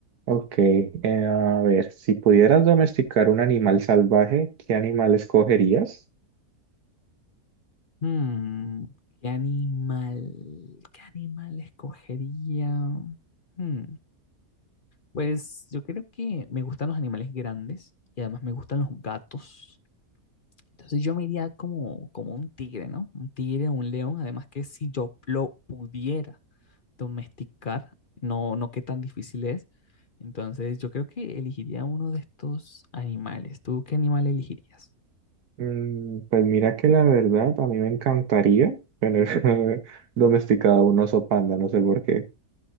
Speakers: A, on the right; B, on the left.
A: Ok, eh, a ver, si pudieras domesticar un animal salvaje, ¿qué animal escogerías?
B: Mm, ¿qué animal, qué animal escogería? Mm. Pues yo creo que me gustan los animales grandes y además me gustan los gatos. Entonces yo me iría como, como un tigre, ¿no? Un tigre o un león. Además que si yo lo pudiera domesticar, no, no qué tan difícil es. Entonces yo creo que elegiría uno de estos animales. ¿Tú qué animal elegirías?
A: Mm, Pues mira que la verdad a mí me encantaría tener <laughs> domesticado un oso panda, no sé por qué.